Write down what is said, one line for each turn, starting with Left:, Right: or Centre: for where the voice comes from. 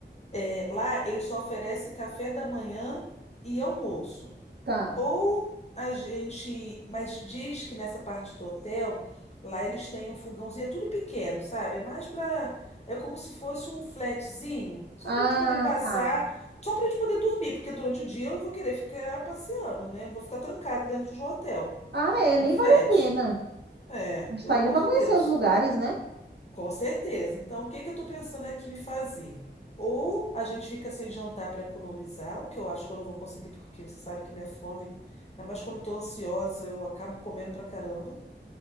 Left: É, lá ele só oferece café da manhã e almoço.
Right: Tá.
Left: Ou a gente, mas diz que nessa parte do hotel, lá eles têm um fogãozinho, é tudo pequeno, sabe? É mais para, é como se fosse um flatzinho, só
Right: Ah,
Left: para a gente poder passar,
Right: tá.
Left: só para a gente poder dormir, porque durante o dia eu vou querer ficar passeando, né? Eu não vou ficar trancada dentro de um hotel,
Right: Ah, é,
Left: de
Right: nem
Left: um flat.
Right: vale a pena.
Left: É,
Right: A gente
Left: pelo
Right: tá
Left: amor
Right: indo para
Left: de
Right: conhecer
Left: Deus.
Right: os lugares, né?
Left: Com certeza. Então, o que que eu estou pensando aqui em fazer? Ou a gente fica sem jantar para economizar, o que eu acho que eu não vou conseguir, porque você sabe que minha fome, ainda mais quando estou ansiosa, eu acabo comendo pra caramba.